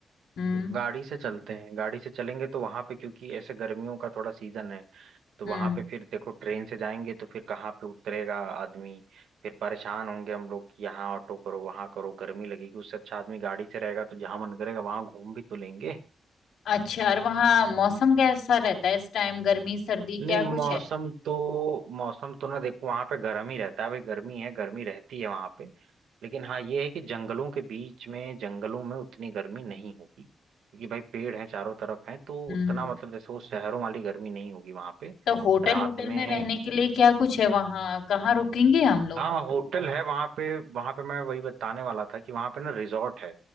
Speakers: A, on the left (about 85°); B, on the right (about 85°).
A: हम्म
B: गाड़ी से चलते हैं गाड़ी से चलेंगे तो वहां पे क्योंकि ऐसे गर्मियों का थोड़ा सीजन है तो
A: हम्म
B: वहां पे फिर देखो ट्रेन से जाएंगे तो फिर कहाँ पे उतरेगा आदमी फिर परेशान होंगे हम लोग कि यहाँ ऑटो करो वहां करो गर्मी लगेगी उससे अच्छा आदमी गाड़ी से रहेगा तो जहां मन करेगा वहां घूम भी तो लेंगे
A: अच्छा और वहाँ मौसम कैसा रहता है इस टाइम गर्मी सर्दी
B: नहीं
A: क्या
B: मौसम
A: कुछ है
B: तो मौसम तो ना देखो वहां पे गर्म ही रहता है भाई गर्मी है गर्मी रहती है वहां पे लेकिन हाँ ये है कि जंगलों के बीच में जंगलों में उतनी गर्मी नहीं होगी क्योंकि भाई पेड़ हैं चारों तरफ हैं तो
A: हम्म
B: उतना मतलब जैसे वो शहरों वाली गर्मी नहीं होगी वहां पे
A: तो होटल
B: रात
A: होटल
B: में
A: में रहने के लिए क्या कुछ है वहाँ कहाँ रुकेंगे हम लोग
B: हाँ होटल है वहां पे वहां पे मैं वही बताने वाला था कि वहां पे ना रिजॉर्ट है